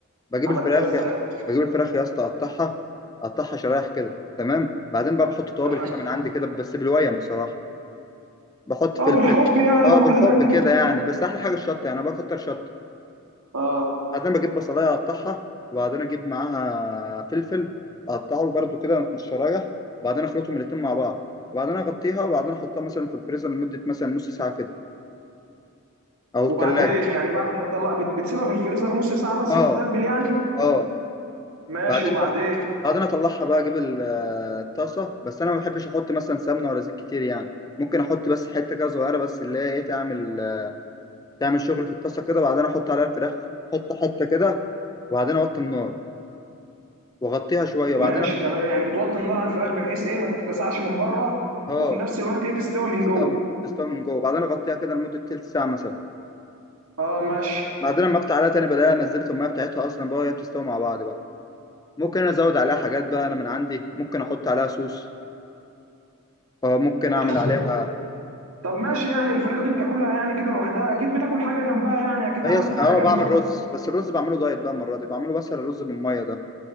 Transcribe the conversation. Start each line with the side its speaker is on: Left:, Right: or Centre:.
Left: بجيب
Right: عملتها
Left: الفراخ
Right: ازاي
Left: يا بجيب الفراخ يا اسطى أقطعها أقطعها شرايح كده تمام بعدين بقى بحط توابل
Right: تمام.
Left: كده من عندي كده بس بالويم بصراحة بحط فلفل
Right: اه بالحب يعني
Left: اه
Right: ما
Left: بالحب
Right: كلنا كده
Left: كده يعني بس أحلى حاجة الشطة يعني أنا بكتر شطة
Right: اه
Left: بعدين بجيب بصلاية أقطعها وبعدين أجيب معاها فلفل أقطعه برضو كده شرايح وبعدين أخلطهم الاتنين مع بعض وبعدين أغطيها وبعدين أحطها مثلا في الفريزر لمدة مثلا نص ساعة كده أو التلاجة
Right: وبعدين يعني بعد ما تطلع بت- بتسيبها في الفريزر نص ساعه بس
Left: آه
Right: تتبل يعني
Left: آه
Right: ماشي
Left: بعدين
Right: وبعدين
Left: بقى بعدين أطلعها بقى أجيب ال- آه، الطاسة بس أنا ما بحبش أحط مثلا سمنة ولا زيت كتير يعني ممكن أحط بس حتة كده صغيرة بس اللي هي إيه تعمل تعمل شغل في الطاسة كده وبعدين أحط عليها الفراخ حتة حتة كده وبعدين أوطي النار وأغطيها شوية وبعدين
Right: ماشي
Left: أفتح
Right: تمام يعني بتوطي النار على الفراخ بحيث ايه ما تتلسعش من بره
Left: آه
Right: وفي نفس الوقت ايه تستوي من
Left: تستوي
Right: جوه
Left: تستوي من جوه بعدين اغطيها كده لمده تلت ساعه مثلا
Right: اه ماشي
Left: بعدين لما افتح عليها تاني بلاقيها نزلت الميه بتاعتها اصلا بقى وهي بتستوي مع بعض بقى ممكن أنا ازود عليها حاجات بقى انا من عندي ممكن احط عليها صوص آه، ممكن اعمل
Right: بتحط
Left: عليها
Right: طب ماشي يعني الفراخ دي بتاكلها يعني كده لوحدها اكيد بتاكل حاجه جنبها يعني اكيد
Left: هي
Right: عملت
Left: س- اه
Right: حاجه جنبها
Left: بعمل رز بس الرز بعمله دايت بقى المره دي بعمله بس الرز بالميه ده